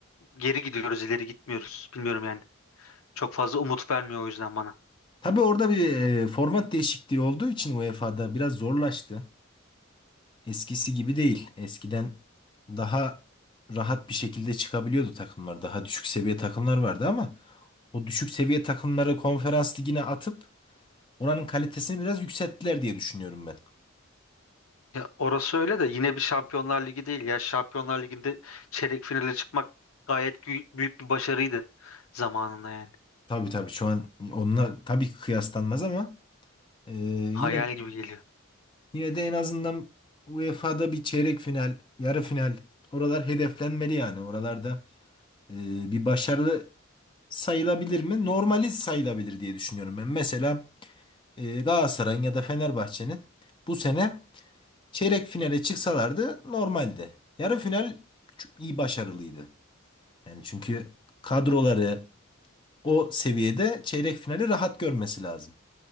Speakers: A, on the left; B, on the left.
A: geri gidiyoruz, ileri gitmiyoruz. Bilmiyorum yani. Çok fazla umut vermiyor o yüzden bana.
B: Tabii orada bir e, format değişikliği olduğu için UEFA'da biraz zorlaştı. Eskisi gibi değil. Eskiden daha rahat bir şekilde çıkabiliyordu takımlar. Daha düşük seviye takımlar vardı ama o düşük seviye takımları konferans ligine atıp oranın kalitesini biraz yükselttiler diye düşünüyorum ben.
A: Ya orası öyle de yine bir Şampiyonlar Ligi değil ya. Şampiyonlar Ligi'nde çeyrek finale çıkmak gayet gü- büyük bir başarıydı zamanında yani.
B: Tabii tabii şu an onunla tabii ki kıyaslanmaz ama e,
A: Hayal
B: yine
A: gibi geliyor.
B: yine de en azından UEFA'da bir çeyrek final, yarı final oralar hedeflenmeli yani. Oralarda e, bir başarılı sayılabilir mi? Normali sayılabilir diye düşünüyorum ben. Mesela e, Galatasaray'ın ya da Fenerbahçe'nin bu sene çeyrek finale çıksalardı normaldi. Yarı final çok iyi başarılıydı. Yani çünkü kadroları o seviyede çeyrek finali rahat görmesi lazım